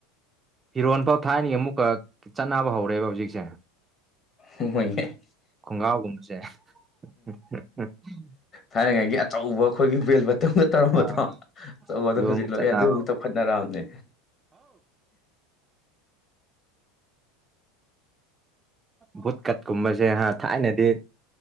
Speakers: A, on the right; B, on the left.
A: ꯐꯤꯔꯣꯟ ꯐꯥꯎ ꯊꯥꯏꯅꯒꯤ ꯑꯃꯨꯛꯀ ꯆꯠꯅꯕ ꯍꯧꯔꯦꯕ ꯍꯧꯖꯤꯛꯁꯦ
B: ꯍꯣꯏꯅꯦ
A: ꯈꯣꯡꯒ꯭ꯔꯥꯎꯒꯨꯝꯕꯁꯦ <unintelligible>
B: ꯊꯥꯏꯅꯉꯩꯒꯤ ꯑꯆꯧꯕ ꯑꯩꯈꯣꯏꯒꯤ ꯕꯦꯜꯕꯠ ꯗꯨꯝꯕ ꯇꯧꯔꯝꯕꯗꯣ
A: ꯑꯥ
B: ꯇꯧꯕꯗꯣ
A: ꯑꯗꯨ
B: ꯍꯧꯖꯤꯛ
A: ꯑꯃꯨꯛ
B: ꯂꯣꯏ
A: ꯆꯠꯅꯕ
B: ꯑꯗꯨ ꯑꯃꯨꯛ ꯆꯥꯎꯈꯠꯅꯔꯛꯑꯕꯅꯦ
A: ꯕꯨꯠ ꯀꯠ ꯀꯨꯝꯕꯁꯦ ꯍꯥ ꯊꯥꯏꯅꯗꯤ